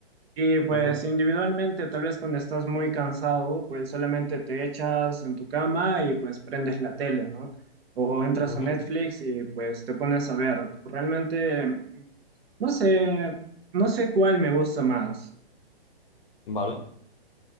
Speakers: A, on the right (about 70°); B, on the left (about 55°).
A: Y pues
B: Ujú,
A: individualmente, tal vez cuando estás muy cansado, pues solamente te echas en tu cama y pues prendes la tele, ¿no? O entras
B: ujú.
A: a Netflix y pues te pones a ver. Realmente, no sé, no sé cuál me gusta más.
B: Vale.